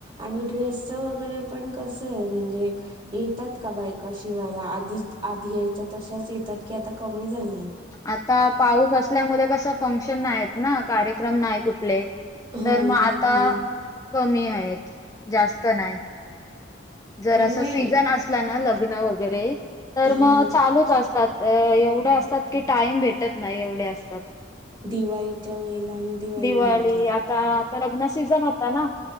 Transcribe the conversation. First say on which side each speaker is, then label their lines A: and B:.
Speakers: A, on the right; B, on the left.
A: आणि ड्रेसच वगैरे पण कस आहे म्हणजे येतात का बायका शिवायला आधी आधी यायच्या तशाच येतात, की आता कमी झाल्यात.
B: आता पाऊस असल्यामुळे कस फंक्शन नाहित ना कार्यक्रम नाही कुठलं?
A: हा हा
B: तर मग आता.
A: हा
B: कमी आहेत जास्त नाही, जर
A: पण
B: अस
A: नाही
B: सीझन असला ना वगैरे तर
A: हा
B: मग चालूचं आसतात. तर एवढं असतात. की टाईम भेटत नाही, एवढे आसतात.
A: दिवाळीच्या वेळेला आणि
B: दिवाळी
A: नंतर
B: आता आता लग्न सीझन होत ना.